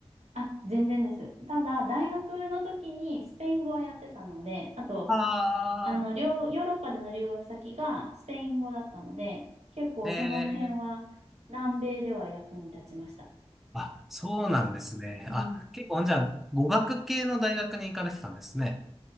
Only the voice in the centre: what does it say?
ああ
ー、ええあ、そうなんですね。
あ、結構、じゃあ、語学系の大学に行かれてたんですね。